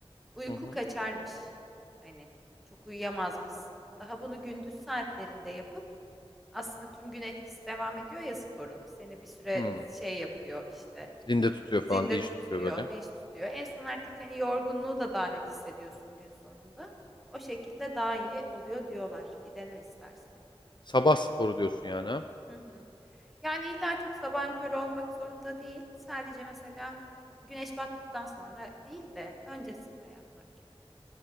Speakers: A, in the centre; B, on the left (about 50°).
A: Uyku
B: Hı hı.
A: kaçarmış. Hani çok uyuyamazmışsın. Daha bunu gündüz saatlerinde yapıp aslında tüm gün etkisi devam ediyor ya sporun. Seni bir süre
B: Hı.
A: şey yapıyor işte.
B: Zinde tutuyor falan,
A: Zinde
B: dinç
A: tutuyor,
B: tutuyor böyle.
A: dinç tutuyor. En son artık hani yorgunluğu da daha net hissediyorsun gün sonunda. O şekilde daha iyi oluyor diyorlar. Bir dene istersen.
B: Sabah sporu diyorsun yani ha?
A: Hı hı. Yani illa çok sabahın körü olmak zorunda değil. Sadece mesela güneş battıktan sonra değil de öncesinde yapmak gibi.